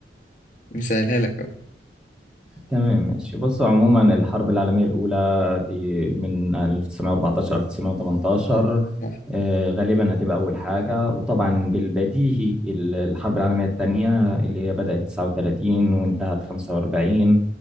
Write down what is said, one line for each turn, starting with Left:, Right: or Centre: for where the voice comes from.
Left: مثالها لك أهو
Centre: تمام ماشي بص عموما الحرب العالمية الأولى دي من 1914 1918
Left: آه،
Centre: آه، غالبا هتبقى أول حاجة وطبعا بالبديهي ال- الحرب العالمية الثانية اللي هي بدأت 39 وانتهت 45